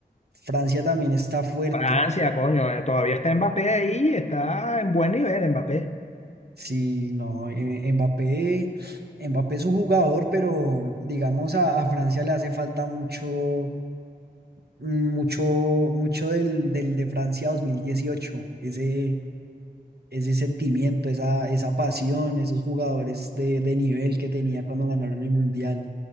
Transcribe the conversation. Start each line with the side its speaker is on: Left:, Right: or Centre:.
Right: Francia también está fuerte.
Left: Francia, coño, eh, todavía está Mbappé ahí, está en buen nivel Mbappé.
Right: Sí, no, eh, Mbappé, Mbappé es un jugador, pero digamos a, a Francia le hace falta mucho, mm, mucho, mucho del, del de Francia dos mil dieciocho Ese, ese sentimiento, esa, esa pasión, esos jugadores de, de nivel que tenía cuando ganaron el Mundial.